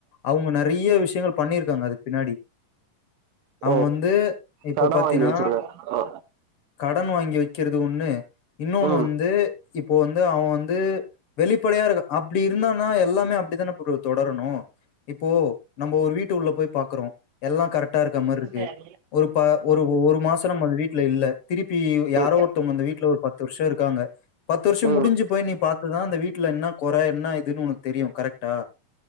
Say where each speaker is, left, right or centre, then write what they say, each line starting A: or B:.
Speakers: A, on the left; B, on the right.
A: அவுங்க நறைய விஷயங்கள் பண்ணியிருக்காங்க அதுக்கு பின்னாடி
B: ஓ
A: அவங்க வந் து இப்போ
B: கட
A: பாத்தீன்னா
B: வாங்கி வச்சிருக்கே ஆ
A: கடன் வாங்கி வைக்கிறது ஒண்ணு இன்னொன்னு
B: ம்
A: வந்து இப்போ வந்து அவ வந்து வெளிப்படையா இருக்க அப்பிடி இருந்தனா எல்லாமே அப்பிடிதான ப்ரோ தொடரணு இப்போ நம்ம ஒரு வீட்டு உள்ள போய் பாக்குறோ எல்லா கரெக்டா இருக்கற மாரிருக்கு
B: ம்
A: ஒரு ப ஒரு ஒரு மாசோ நம்ம அந்த வீட்ல இல்ல திருப்பி யாரோ
B: ம்
A: ஒருத்தவங்க அந்த வீட்ல ஒரு பத்து வருஷோருக் காங்க பத்து வருஷோ முடிஞ்சு
B: ம்
A: போய் நீ பாத்தனா அந்த வீட்ல என்ன கொற என்ன உனக்கு தெரியும் கரெக்டா